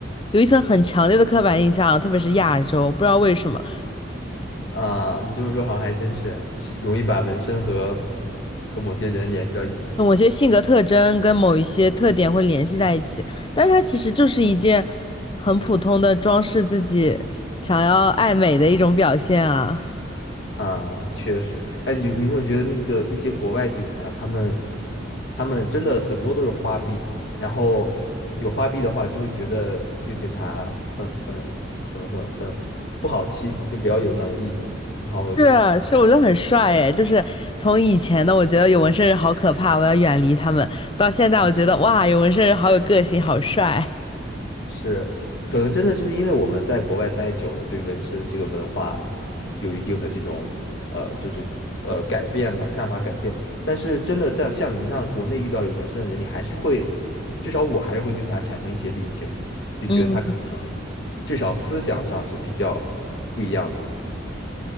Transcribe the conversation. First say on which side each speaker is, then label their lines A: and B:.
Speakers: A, on the left; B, on the left.
A: 有一层很强烈的刻板印象，特别是亚洲，不知道为什么。
B: 啊，你这么说好像还真是是容易把纹身和和某些人联系到一起
A: 某些性格特征跟某一些特点会联系在一起，但它其实就是一件很普通的装饰自己想要爱美的一种表现啊。
B: 啊，确实。哎，有你有没有觉得那个那些国外警察，他们他们真的很多都是花臂，然后有花臂的话，就会觉得这个警察很很怎么说呢，很不好欺负，就比较有能力，然后就
A: 是是，我觉得很帅诶，就是从以前的我觉得有纹身人好可怕，我要远离他们，到现在我觉得哇，有纹身人好有个性，好帅。
B: 是，可能真的就是因为我们在国外待久了，对纹身这个文化有一定的这种呃，就是呃改变吧，看法改变。但是真的在像你这样国内遇到有纹身的人，你还是会，至少我还是会对他产生一些滤镜，就觉得他可能至少思想上是比较不一样的。
A: 嗯，